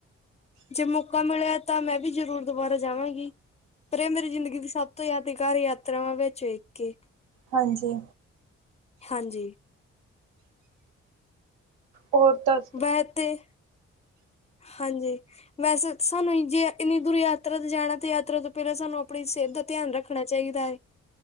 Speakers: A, on the left; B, on the right.
A: ਜੇ ਮੌਕਾ ਮਿਲਿਆ ਤਾਂ ਮੈਂ ਵੀ ਜਰੂਰ ਦੁਬਾਰਾ ਜਾਵਾਂਗੀ ਪਰ ਇਹ ਮੇਰੀ ਜ਼ਿੰਦਗੀ ਦੀ ਸਭ ਤੋਂ ਯਾਦਗਾਰ ਯਾਤਰਾਵਾਂ ਵਿੱਚ ਇੱਕ ਕੇ
B: ਹਾਂਜੀ
A: ਹਾਂਜੀ
B: ਹੋਰ ਤਾਂ
A: ਬਹਿ ਤੇ, ਹਾਂਜੀ। ਵੈਸੇ ਸਾਨੂੰ ਜੇ ਇੰਨੀ ਦੂਰ ਯਾਤਰਾ ਤੇ ਜਾਣਾ ਤੇ ਯਾਤਰਾ ਤੋਂ ਪਹਿਲਾਂ ਸਾਨੂੰ ਆਪਣੀ ਸਿਹਤ ਦਾ ਧਿਆਨ ਰੱਖ ਰੱਖਣਾ ਚਾਈਦਾ ਏ,